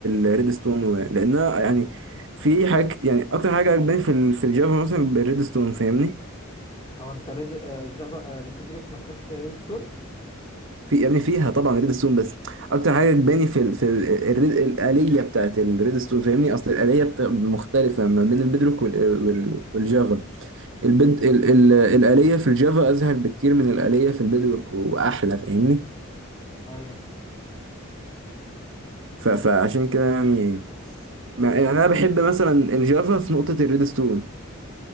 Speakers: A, on the right; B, on the left.
A: الريد ستون و- لانها يعني في حاجات يعني اكتر حاجه عجباني في ال في الجافا مثلا الريد ستون فاهمني
B: هو انت ريد آه، جافا آه، بدروك ما فيهاش ريدستون
A: في يا ابني فيها طبعا ريد ستون بس اكتر حاجه عجباني في ال في ال الريد الآلية بتاعت الريد ستون فاهمني اصل الآلية بت- مختلفه ما بين البيدروك وال- وال- والجافا البد... ال... ال... الآلية في الجافا أسهل بكتير من الآلية في البيدروك وأحلى فاهمني
B: ايوه
A: ف... فعشان كده يعني ما... يعني أنا بحب مثلا الجافا في نقطة الريدستون